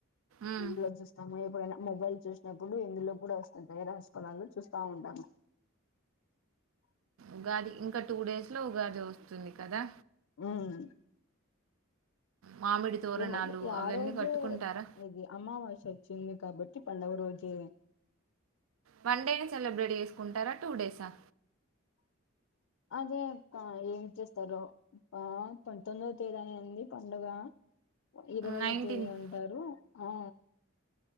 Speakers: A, on the right; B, on the left.
A: ఉమ్.
B: ఇల్లజుస్తము ఎప్పుడైనా మొబైల్ చూసినప్పుడు ఇందులో కూడా వస్తుంది రాశిఫలాలు చూస్తా ఉంటాము
A: ఉగాది ఇంకా టూ డేస్ లో ఉగాది వస్తుంది కదా
B: హ్మ్మ్
A: మామిడి తోరణాలు
B: ఏమండి
A: అవన్నీ
B: ఆ రోజే
A: కట్టుకుంటారా
B: ఇది అమావాస్య చచ్చింది కాబట్టి పండుగ రోజే
A: వన్ డేని సెలబ్రేట్ చేసుకుంటారా టూ డేస్ హా
B: అదే అక్క ఏమి చేస్తారు పంతొమ్మివ తేదీని అంది పండుగ ఇరవైో
A: నైన్టీన్త్
B: తేదీ అంటారు ఆ